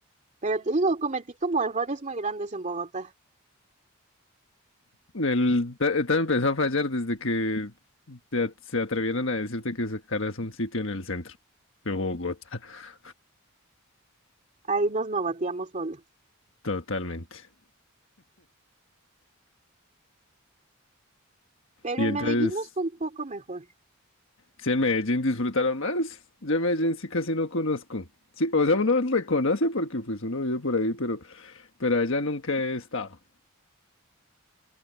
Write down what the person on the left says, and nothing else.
El, ta- ta- empezó a fallar desde que te at- se atrevieron a decirte que sacaras un sitio en el centro de Bogotá, <laughs>
totalmente.
Y
entonces,
si en Medellín disfrutaron más, yo en Medellín sí casi no conozco. Sí, o sea, uno reconoce porque pues uno vive por ahí, pero, pero allá nunca he estado.